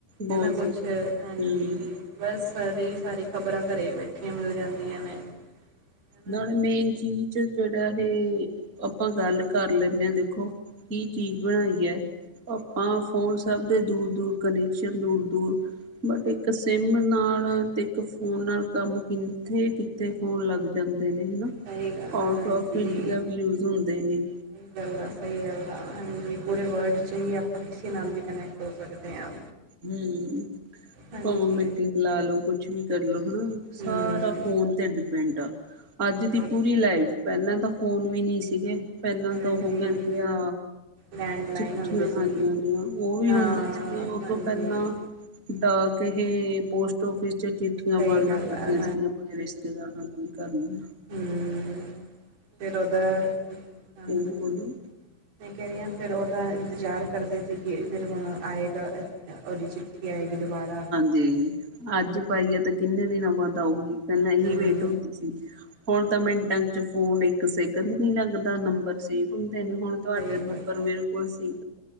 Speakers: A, on the right (about 20°); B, on the right (about 60°).
A: ਬਹੁਤ
B: ਹਨਾ
A: ਸਹੀ
B: ਕੁਛ ਹਾਂਜੀ
A: ਹੂੰ।
B: ਬਸ ਸਾਰੇ ਹੀ ਸਾਰੀ ਖ਼ਬਰਾਂ ਘਰੇ ਬੈਠੀਆਂ ਮਿਲ ਜਾਂਦੀਆਂ ਨੇ ਹਨਾ
A: ਨਾਲੇ ਮੇਨ ਚੀਜ਼ ਜਿਹੜਾ ਇਹ, ਆਪਾਂ ਗੱਲ ਕਰ ਲੈਂਦੇ ਹਾਂ ਦੇਖੋ ਕੀ ਚੀਜ਼ ਬਣਾਈ ਹੈ। ਆਪਾਂ ਫੋਨ ਸਭ ਦੇ ਦੂਰ -ਦੂਰ ਕਨੈਕਸ਼ਨ ਦੂਰ -ਦੂਰ ਬਟ ਇੱਕ ਸਿਮ ਨਾਲ ਤੇ ਇੱਕ ਫੋਨ ਨਾਲ ਕੰਮ ਕਿੱਥੇ -ਕਿੱਥੇ ਫੋਨ ਲੱਗ ਜਾ ਜਾਂਦੇ ਨੇ ਹਨਾ,
B: ਸਹੀ ਗੱਲ ਆ
A: ਆਊਟ
B: ਹਾਂਜੀ।
A: ਫ ਇੰਡੀਆ ਵੀ ਯੂਜ ਹੁੰਦੇ ਨੇ
B: ਸਹੀ ਗੱਲ ਆ ਸਹੀ ਗੱਲ ਆ ਹਾਂਜੀ ਪੂਰੇ ਵਰਲਡ 'ਚ ਹੀ ਆਪਾਂ ਕਿਸੇ ਨਾਲ ਵੀ ਕਨੈਕਟ ਹੋ ਸਕਦੇ ਹਾਂ
A: ਹੂੰ,
B: ਹਾਂਜੀ
A: ਭਾਵਾਂ ਮੀਟਿੰਗ ਲਾ ਲੋੋ ਕੁਛ ਵੀ ਕਰਲੋ ਹਨਾ, ਸਾਰਾ
B: ਹਮ
A: ਫੋਨ ਤੇ ਡਿਪੈਂਡ ਆ ਅੱਜ ਦੀ
B: ਸਹੀ
A: ਪੂਰੀ ਲਾਈਫ, ਪਹਿਲਾਂ ਤਾਂ ਫੋਨ ਵੀ ਨਹੀਂ ਸੀਗੇ ਪਹਿਲਾਂ
B: ਹਾਂਜੀ
A: ਤਾਂ ਉਹ ਕਹਿੰਦੇ ਆ
B: ਲੈਂਡਲਾਈਨ
A: ਚਿੱਠੀਆਂ
B: ਹੁੰਦੇ
A: ਹਾਂਜੀ-ਹਾਂਜੀ
B: ਸੀ
A: ਉਹ ਵੀ
B: ਹਾਂ
A: ਹੁੰਦੇ ਸੀਗੇ ਉਹ
B: ਹਾਂਜੀ
A: ਤੋਂ ਪਹਿਲਾਂ, ਡਾਕ ਕਿਸਹੇ ਪੋਸਟ ਆਫਿਸ ਚ, ਚਿੱਠੀਆਂ
B: ਸਹੀ
A: ਪਾਉਣੀਆਂ
B: ਗੱਲ
A: ਪੈਂਦੀਆਂ
B: ਆ
A: ਸੀਗੀਆਂ ਆਪਣੇ ਰਿਸ਼ਤੇਦਾਰਾਂ, ਆਪਣੇ ਘਰੀਆਂ।
B: ਹੂੰ, ਫਿਰ ਉਹਦਾ, ਹਾਂ
A: ਕੀ ਬੋਲੋ
B: ਮੈਂ ਕਹਿ ਰਹੀ ਹਾਂ ਫਿਰ ਉਹਦਾ ਇੰਤਜ਼ਾਰ ਕਰਦੇ ਸੀ ਕਿ ਫਿਰ ਹੁਣ ਆਏਗਾ ਉਹਦੀ ਚਿੱਠੀ ਕੀ <unintelligible> ਆਏਗੀ ਦੁਬਾਰਾ
A: ਜੇ ਅੱਜ ਪਾਈਏ ਤਾਂ ਕਿੰਨੇ ਦਿਨਾਂ ਬਾਅਦ ਆਊਗੀ ਪਹਿਲਾਂ ਇਹੀ
B: ਹਮ
A: ਵੇਟ ਹੁੰਦੀ ਸੀ। ਹੁਣ ਤਾਂ ਮਿੰਟਾਂ ਚ ਫੋਨ ਇੱਕ ਸੈਕਿੰਡ ਨੀ ਲੱਗਦਾ ਨੰਬਰ ਸੇਵ ਹੁੰਦੇ ਨੇ ਹੁਣ ਤੁਹਾਡੇ
B: ਸਹੀ
A: ਨੰਬਰ
B: ਗੱਲ
A: ਮੇਰੇ ਕੋਲ ਸੀ